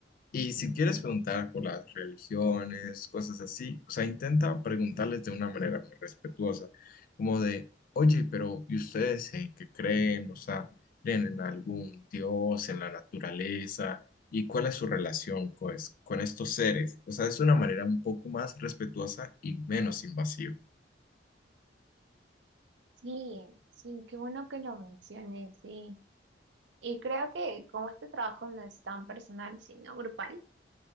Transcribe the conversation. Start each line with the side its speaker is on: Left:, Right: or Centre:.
Left: y si quieres preguntar por las religiones, cosas así, o sea, intenta preguntarles de una manera muy respetuosa, como de, oye, pero ¿y ustedes en qué creen? O sea, ¿creen en algún dios, en la naturaleza? ¿Y cuál es su relación co- es- con, estos seres? O sea, es una manera un poco más respetuosa y menos invasiva.
Right: sí, sí, qué bueno que lo menciones, sí. Y creo que como este trabajo no es tan personal, sino grupal,